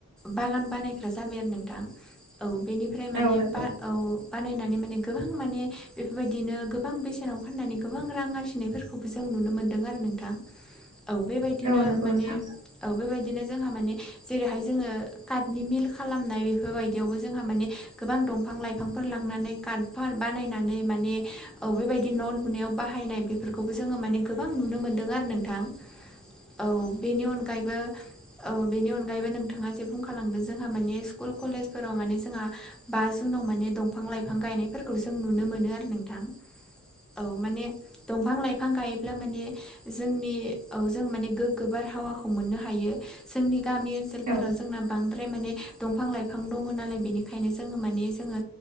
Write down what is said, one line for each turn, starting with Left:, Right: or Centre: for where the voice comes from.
Centre: बागान बानायग्रा जाबाय आरो नोंथां औ बेनिफ्राय माने
Right: औ नंगौ
Centre: बा औ बानायनानै माने गोबां माने बेफोरबायदिनो गोबां बेसेनाव फाननानै गोबां रां आरजिनायफोरखौ खौबो जों नुनो मोनदों आरो नोंथां औ बेबायदिनो
Right: औ नंगौ
Centre: माने
Right: नोंथां
Centre: औ बेबायदिनो जोंहा माने जेरैहाय जोङो कार्टनि मिल खालामनाय बेफोरबायदि बेयावबो जोंहा माने गोबां दंफां लाइफांफोर लांना <unintelligible> बानायनानै माने औ बेबायदि न' लुनायाव बाहायनाय बेफोरखौबो जोङो माने गोबां नुनो मोन्दों आरो नोंथां औ बेनि अन यबो औ बेनि अनगायैबो नोंथाङा जे बुंखालांदो जोंहा मानि स्कुल कलेज फोराव माने जोंहा बा जुनाव माने दंफां लाइफां गायनायफोरखौ जों नुनो मोनो आरो नोंथां औ माने दंफां लाइफां गायोब्ला माने जोंनि औ जों माने गोग्गो बारहावाखौ मोननो हायो जोंनि गामि ओनसो लफोराव
Right: औ
Centre: जोंना बांद्राय माने दंफां लाइफां दङ नालाय बेनिखायनो जोङो माने जोङो